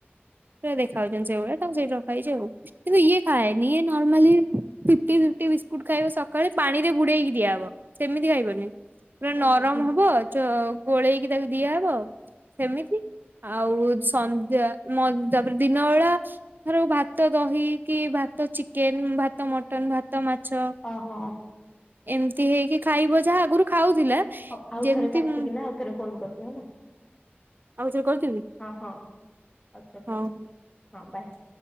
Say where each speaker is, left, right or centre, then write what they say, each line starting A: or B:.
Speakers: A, on the right (about 50°); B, on the left (about 25°).
A: ପୁରା ଦେଖା ହାଉଛନ୍ତି ସେଇଭଳିଆ ତାଙ୍କୁ ସେଇଟି ରଖା ହେଇଛି ଆଉ। କୁନ୍ତି ଇଏ ଖାଏନି ନର୍ମାଲ ଫିଟି ଫିଟି ବିସ୍କୁଟ ଖାଇବ ସକାଳେ ପାଣିରେ ବୁଡ଼େଇ କି ଦିଆ ହବ ସେମିତି ଖାଇବନି ପୁରା
B: ଓହୋ
A: ନରମ ହବ ଚୋ ଗୋଳେଇକି ତାକୁ ଦିଆହବ। ସେମିତି ଆଉ ସନ୍ଧ୍ୟା ତାପରେ ଦିନ ବେଳା ର ଭାତ ଦହି କି ଭାତ ଚିକେନ ଭାତ ମଟନ ଭାତ ମାଛ
B: ଓହୋ।
A: ଏମିତି ହେଇକି ଖାଇବ ଯାହା ଆଗରୁ ଖାଉଥିଲା।
B: ହଉ ଆଉ
A: ଯେମିତି
B: ଥରେ କାଟିକି
A: ମୁଁ
B: ନା ଆଉ ଥରେ ଫୋନ କରିଛି ହେଲା।
A: ଆଉ ଥରେ କରିଦେବି।
B: ହଁ ହଁ ଥରେ କର
A: ହଉ।
B: ଭଲ ହଁ ବାଏ।